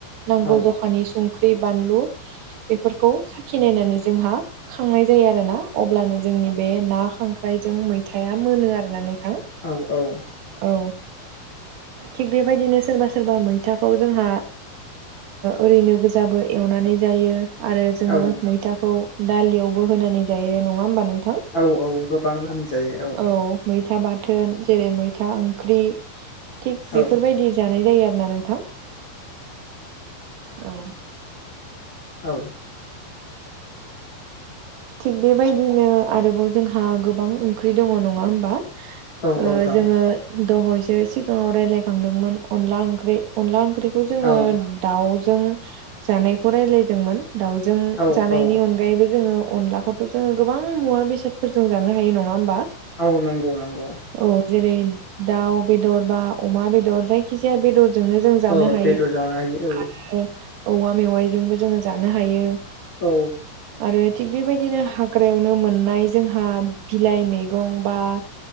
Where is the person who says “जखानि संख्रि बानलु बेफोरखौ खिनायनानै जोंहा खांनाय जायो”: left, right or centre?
Right